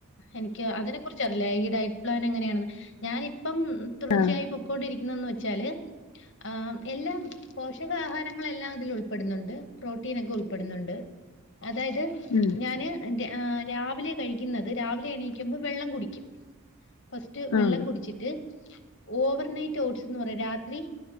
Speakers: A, on the left; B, on the left.
A: എനിക്ക് അതിനെ കുറിച്ച്റിയില്ല ഈ ഡയറ്റ് എങ്ങനെയണെന്ന് ഞാൻ ഇപ്പം തുടർച്ചയായി
B: ആഹ്
A: പോയിക്കൊണ്ടിരിക്കുന്നത് വെച്ചാല് ആ എല്ലാം പോഷകാഹാരങ്ങളെല്ലാം അതിൽ ഉൾപ്പെടുന്നുണ്ട് പ്രോട്ടീൻ ഓക്കെ ഉൾപ്പെടുന്നുണ്ട് അതായത്
B: ഉം
A: ഞാന് രാവിലെ കഴിക്കുന്നത് രാവിലെ എണീക്കുമ്പോൾ വെള്ളം കുടിക്കും ഫസ്റ്റ് വെള്ളം
B: ആഹ്
A: കുടിച്ചിട്ട് ഓവർനൈറ്റ് ഓട്സ് പറ രാത്രി